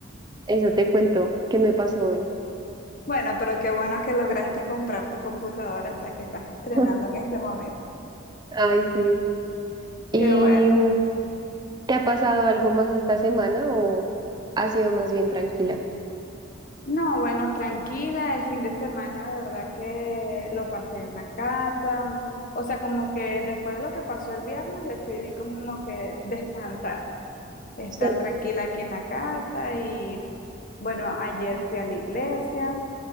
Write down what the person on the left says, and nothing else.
Bueno, pero qué bueno que lograste comprar tu computadora, o sea que estás estrenando
en este momento.
Qué bueno.
No, bueno, tranquila, el fin de semana de verdad que lo pasé en la casa. O sea, como que después de lo que pasó el viernes decidí como que descansar, estar
tranquila aquí en la casa y bueno, ayer fui a la iglesia